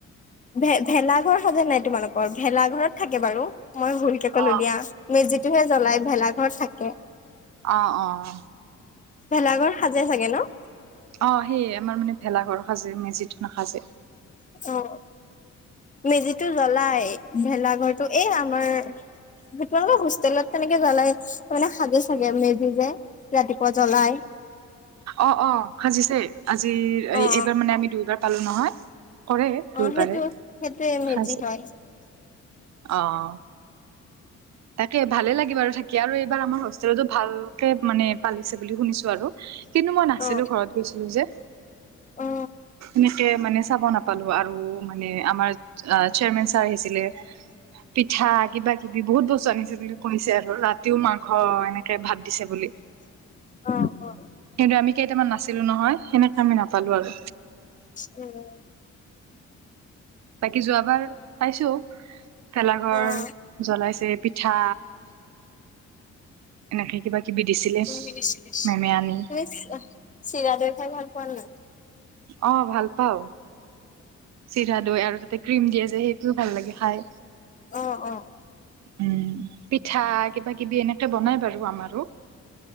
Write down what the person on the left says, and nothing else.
ভে ভেলা ঘৰ সজে নাই তোমালোকৰ ভেলা ঘৰত থাকে বাৰু। মই ভুলকে
কলো দিয়া মেজিটোহে জ্বলাই ভেলা ঘৰত থাকে।
ভেলাঘৰ সাজে চাগে ন।
অ, মেজিটো জ্বলাই ভেলাঘৰটো এই আমাৰ তোমালোকৰ হোষ্টেলত কেনেকে জ্বলাই মানে সাজে চাগে মেজি যে ৰাতিপুৱা জ্বলাই।
অ
অ সেইটো সেইটোয়ে মেজি
হয়
অ
অ অ
অ অ
উম!
অ
তুমি চিৰা
দৈ খাই ভাল পোৱা নাই।
অ', অ',